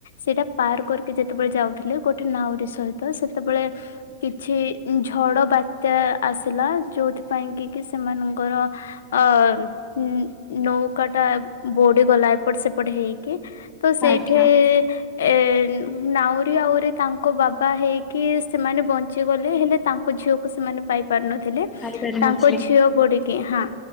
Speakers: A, on the left; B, on the left.
A: ସେଇଟା ପାର କରିକି ଯେତେବେଳେ ଯାଉଥିଲେ ଗୋଟେ ନାଉରି ସହିତ ସେତେବେଳେ କିଛି ଝଡ ବାତ୍ୟା ଆସିଲା ଯୋଉଥି ପାଇଁ କି କି ସେମାନଙ୍କର ଅ ନି ନୌକା ଟା ବୁଡିଗଲା ଏପଟ ସେପଟ ହେଇକି ତ ସେଇଠି
B: ଆଜ୍ଞା।
A: ଏ ନାଉରୀ ଆଉରି ତାଙ୍କ ବାବା ହେଇକି ସେମାନେ ବଞ୍ଚିଗଲେ ହେଲେ ତାଙ୍କ ଝିଅକୁ ସେମାନେ ପାଇ ପାରିନଥିଲେ
B: ଖାଇ ପାରିନଥିଲି
A: ତାଙ୍କ ଝିଅ ବୁଡ଼ିକି ହଁ